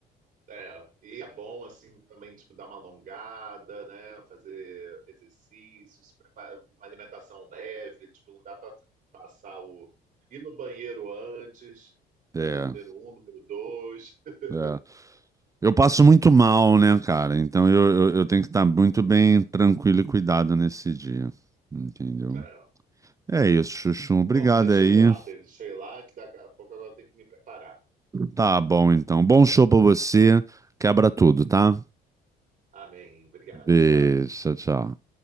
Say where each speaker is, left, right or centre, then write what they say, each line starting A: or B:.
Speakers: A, on the right; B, on the right.
A: É, e é bom assim também tipo dar uma alongada, né? Fazer exercícios, preparar uma alimentação leve, tipo não dá para passar o ir no banheiro antes,
B: É,
A: fazer número um, número dois. <laughs>
B: é. Eu passo muito mal, né, cara? Então eu, eu, eu tenho que estar muito bem tranquilo e cuidado nesse dia. Entendeu?
A: É.
B: É isso, Chuchu. Obrigado
A: Bom, deixa
B: aí.
A: eu ir lá, baby, deixa eu ir lá que daqui a pouco agora eu tenho que me preparar.
B: Tá bom, então. Bom show pra você. Quebra tudo, tá?
A: Amém, obrigado,
B: Beijo,
A: tchau.
B: tchau, tchau.